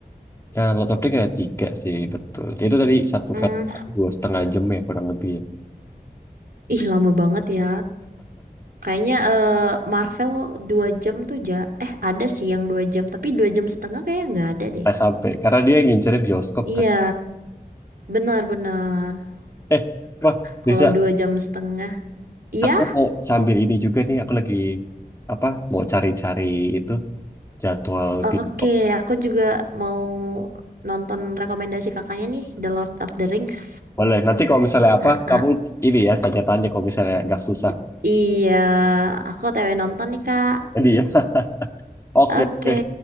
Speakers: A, on the left (about 15°); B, on the right (about 70°).
A: Nah, lot of Drink ada tiga sih, betul. Ya, Itu tadi satu
B: Hmm,
A: film, dua setengah jam ya kurang lebih ya.
B: ih lama banget ya. Kayaknya eh, Marvel dua jam tuh ja. Eh ada sih yang dua jam, tapi dua jam setengah kayaknya nggak ada deh.
A: Nah, sampai, karena dia ngincernya bioskop
B: Iya,
A: kan.
B: benar-benar.
A: Eh, wah, Nisa,
B: Kalau dua jam setengah, iya.
A: aku mau sambil ini juga nih, aku lagi, apa, mau cari-cari itu, jadwal
B: Oke,
A: bioskop.
B: aku juga mau nonton rekomendasi kakaknya nih, The Lord of the Rings.
A: Boleh, nanti kalau misalnya apa,
B: Ah, ah.
A: kamu ini ya, tanya-tanya kalau misalnya agak susah.
B: Iya, aku TW nonton nih kak.
A: Jadi ya, <laughs> oke,
B: Oke,
A: oke.